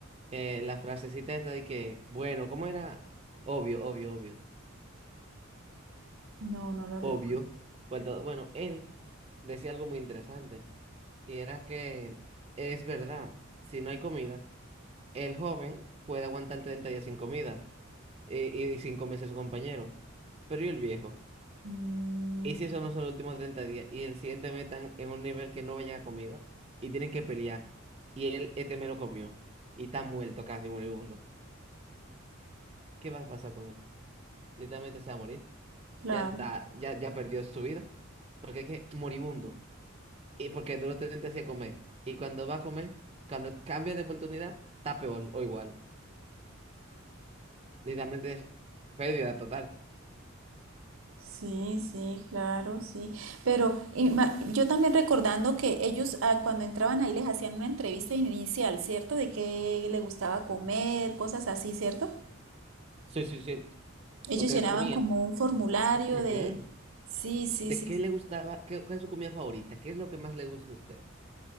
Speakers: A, on the right; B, on the right.
A: eh, la frasecita esta de que, bueno, ¿cómo era? Obvio, obvio, obvio.
B: No, no lo
A: obvio.
B: recuerdo.
A: Pues, todo- bueno, él decía algo muy interesante y era que es verdad, si no hay comida, el joven puede aguantar 30 días sin comida y, y y sin comerse a su compañero, pero ¿y el viejo?
B: Mm,
A: ¿Y si eso no son los últimos 30 días y el siguiente metan en un nivel que no vaya a comida y tienen que pelear y él este menos comió y está muerto casi moribundo? ¿Qué va a pasar con él? Literalmente se va a morir.
B: claro.
A: Ya está, ya, ya perdió su vida porque es que moribundo. Y porque duro treinta días a comer. Y cuando va a comer, cuando cambia de oportunidad, está peor o igual. Literalmente es pérdida total.
B: Sí, sí, claro, sí. Pero ima- yo también recordando que ellos ah, cuando entraban ahí les hacían una entrevista inicial, ¿cierto? De qué le gustaba comer, cosas así, ¿cierto?
A: Sí, sí, sí.
B: Ellos
A: Porque
B: llenaban
A: se suponía.
B: como un formulario
A: ujú,
B: de... Sí, sí,
A: ¿De
B: sí.
A: qué
B: sí.
A: le gustaba? Qué, ¿Cuál es su comida favorita? ¿Qué es lo que más le gusta a usted?